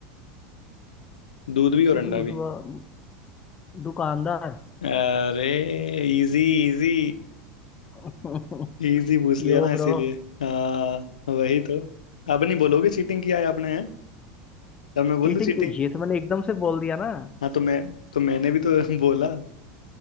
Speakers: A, on the left; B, on the left.
A: दूध भी और अंडा
B: दूध
A: भी
B: वा- दुकानदार
A: अरे इजी इजी
B: <laughs>
A: इजी <laughs> पूछ लिया
B: यो
A: ना इसीलिए
B: ब्रो
A: हाँ वही तो अब नहीं बोलोगे चीटिंग किया है आपने हैं? तब मैं बोल
B: चीटिंग
A: दूं चीटिंग
B: क्यों ये तो मैंने एकदम से बोल दिया ना
A: हाँ तो मैं तो मैंने भी तो <laughs> बोला